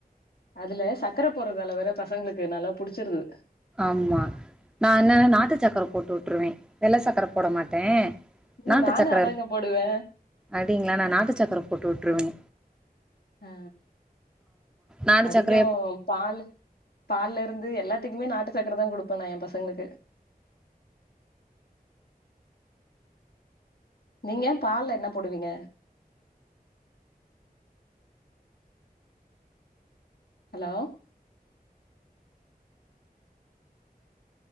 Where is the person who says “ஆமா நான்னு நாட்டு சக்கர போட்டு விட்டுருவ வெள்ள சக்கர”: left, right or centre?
Centre